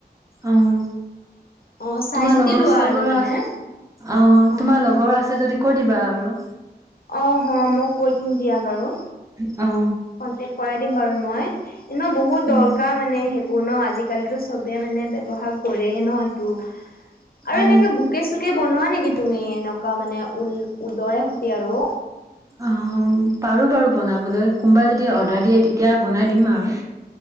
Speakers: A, on the right; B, on the left.
A: অঁ,
B: অ চাই
A: তোমাৰ
B: চিতি
A: লগৰ
B: লোৱা
A: চগৰ
B: আৰু মানে
A: আ অঁ
B: অ
A: তোমাৰ লগৰ আছে যদি, কৈ' দিবা আৰু,
B: অঁ, হ মই কৈ দিম দিয়া বাৰু?
A: অঁ,
B: কন্টেক কৰাই দিম বাৰু মই এনে বহুত দৰকাৰ
A: উম
B: মানে সে, ন আজিকালিতো চবে মানে ব্যৱহাৰ কৰেই ন সেইটো আৰু
A: অ
B: এনেকে বু বোকে চোকে বনোৱা নেকি তুমি এনেকুৱা মানে ঊল ঊলৰে সতি‌‌ আৰু,
A: অঁ, পাৰো বাৰু বনাবলৈ কোনবাই যদি অৰ্ডাৰ দিয়ে তেতিয়া বনাই দিম আৰু,